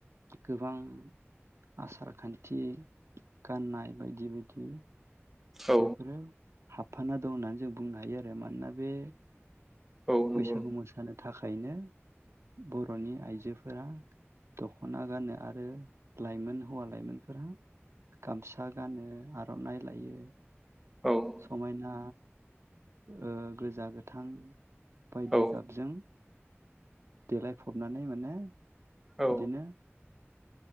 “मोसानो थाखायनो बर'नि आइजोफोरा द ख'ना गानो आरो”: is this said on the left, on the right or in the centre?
Right